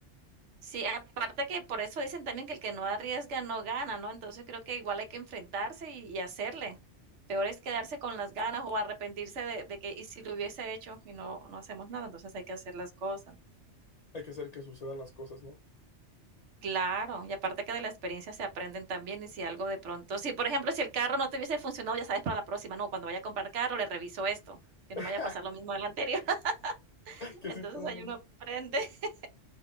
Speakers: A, on the right; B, on the left.
A: sí, aparte que por eso dicen también que el que no arriesga no gana, ¿no? Entonces creo que igual hay que enfrentarse y, y hacerle. Peor es quedarse con las ganas o arrepentirse de, de que, y si lo hubiese hecho y no, no hacemos nada, entonces hay que hacer las cosas.
B: Hay que hacer que sucedan las cosas, ¿no?
A: Claro, y aparte que de la experiencia se aprenden también y si algo de pronto, si por ejemplo, si el carro no te hubiese funcionado, ya sabes para la próxima, no, cuando vaya a comprar carro le reviso esto, que no
B: <laughs>
A: me vaya a pasar lo mismo del anterior. <laughs>
B: Que
A: Entonces
B: sí aprendan,
A: ahí uno
B: ¿no?
A: aprende, <laughs>